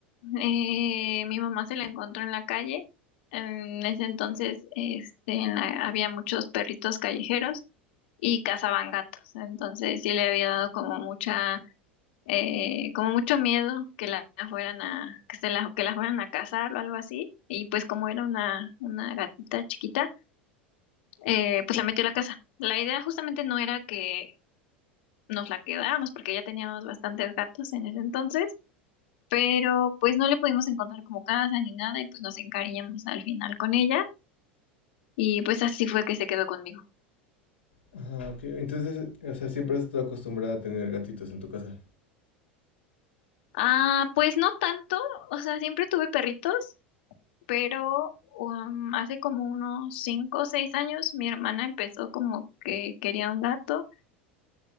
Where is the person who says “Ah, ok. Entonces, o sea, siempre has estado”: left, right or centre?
Left